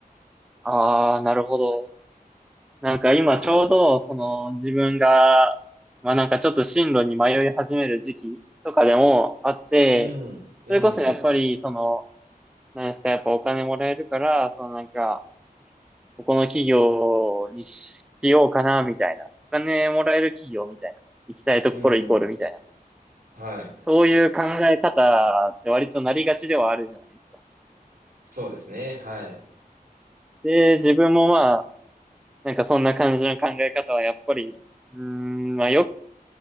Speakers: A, in the centre; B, on the right.
A: ああ、なるほど。なんか今ちょうど、
B: はい。
A: その自分が、まあなんかちょっと進路に迷い始める時期とかでもあって、
B: うん、うん、
A: それこそやっぱり、その、なんですか、やっぱお金もらえるから、そのなんか、ここの企業にしようかな、みたいな。お金もらえる企業みたいな。行きたいところイコールみたいな。
B: うん、うん。はい。
A: そういう考え方って割となりがちではあるじゃないですか。
B: そうですね。はい。
A: で、自分もまあ、なんかそんな感じの考え方はやっぱり、うーん、まあよ、